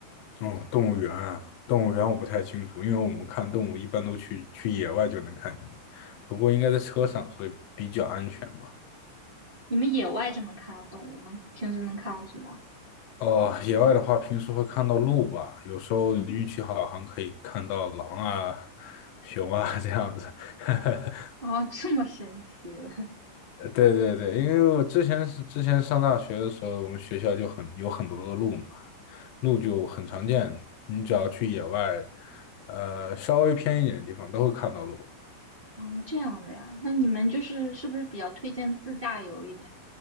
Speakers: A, on the left; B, on the right.
A: 嗯动物园啊，动物园我不太清楚，因为我们看动物一般都去去野外就能看见，不过应该在车上，所以比较安全吧。
B: 你们野外就能看到动物，能平时能看到什么？
A: 哦，野外的话，平时会看到鹿吧，有时候运气好，还可以看到狼啊、<laughs> 熊啊这样子。<laughs>
B: <laughs> 啊，这么神奇的，
A: 呃对对对，因为我之前是之前上大学的时候，我们学校就很有很多的鹿嘛，鹿就很常见，你只要去野外，呃，稍微偏一点的地方都会看到鹿。
B: <laughs> 哦，这样的呀？那你们就是是不是比较推荐自驾游一点？